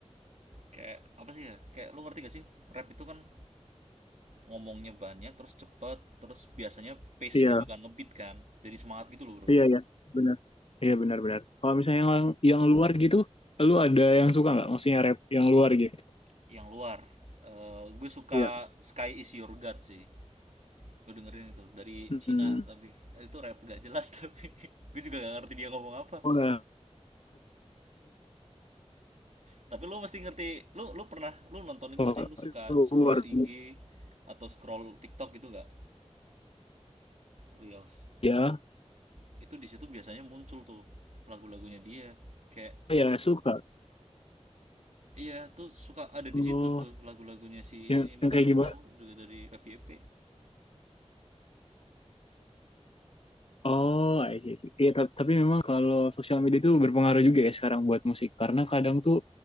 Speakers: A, on the right (about 85°); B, on the left (about 55°).
A: Kayak apa sih ya? Kayak lu ngerti gak sih? Rap itu kan ngomongnya banyak terus cepet terus biasanya pace
B: Iya,
A: gitu kan ngebeat kan jadi semangat gitu loh bro
B: iya, iya, benar. Iya benar-benar. Kalau misalnya yang yang luar gitu, lu ada yang suka nggak? Maksudnya rap yang luar gitu?
A: yang luar eh, gue suka
B: Iya.
A: Sky is Your God sih gue dengerin itu dari
B: Hmm,
A: Cina tapi eh, itu rap gak jelas tapi <laughs> gue juga gak ngerti dia ngomong apa
B: Oh, ya.
A: tapi lu mesti ngerti lu lu pernah lu nonton itu
B: Oke,
A: gak sih lu suka
B: oh,
A: scroll
B: luar.
A: IG atau scroll TikTok gitu gak Reels
B: ya,
A: itu di situ biasanya muncul tuh lagu-lagunya dia kayak
B: eh, ya suka.
A: Iya tuh suka ada
B: Oh,
A: di situ tuh lagu-lagunya si
B: yang,
A: ini makanya
B: yang kayak
A: gue
B: gimana?
A: tahu juga dari FYP.
B: Oh, I see. I see. Iya, ta- tapi memang kalau sosial media itu berpengaruh juga ya sekarang buat musik. Karena kadang tuh